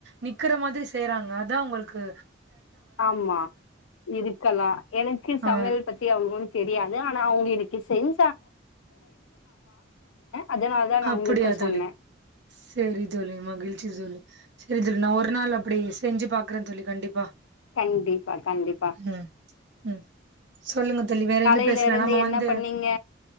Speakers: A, on the right (about 65°); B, on the left (about 80°).
A: நிக்கற மாதிரி செய்றாங்க அதா அவுங்களுக்கு
B: ஆமா இருக்கலா எனக்கு சமையல்
A: ஆ
B: பத்தி அவ்ளவு தெரியா ஆனா அவுங்க எனக்கு செஞ் அதனால தா நா
A: அப்டியா
B: உங்களுக்கு
A: தோலி
B: சொன்னே
A: செரி தோலி மகிழ்ச்சி தோலி செரி செரி நா ஒரு நாள் அப்டி செஞ்சு பாக்குறே தோலி கண்டிப்பா
B: கண்டிப்பா கண்டிப்பா
A: ம் ம் சொல்லுங்க தோழி வேற
B: காலையில
A: என்ன பேஷ்லா
B: இருந்து
A: நம்ம
B: என்ன
A: வந்து
B: பண்ணீங்க